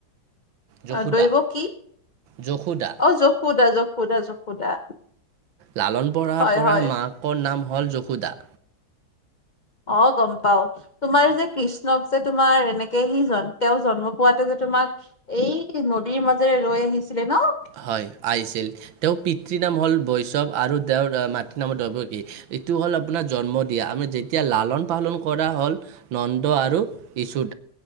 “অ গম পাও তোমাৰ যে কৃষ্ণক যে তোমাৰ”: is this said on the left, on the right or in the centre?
Left